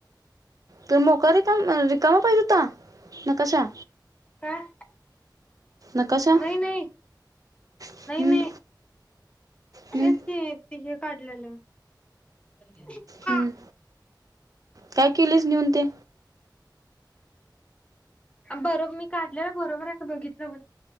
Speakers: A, on the right (about 50°); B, on the left (about 15°).
A: तर मोका रिका रिकामा पाहिजे, होता नकाशा
B: काय
A: नकाशा
B: नाही नाही
A: हम्म,
B: नाही नाही
A: हम्म,
B: तेच की, काढलं <unintelligible> हा
A: हम्म. काय? केलीस, नेऊन ते
B: बर मी काढलेला बरोबर आहे काय? बघितलं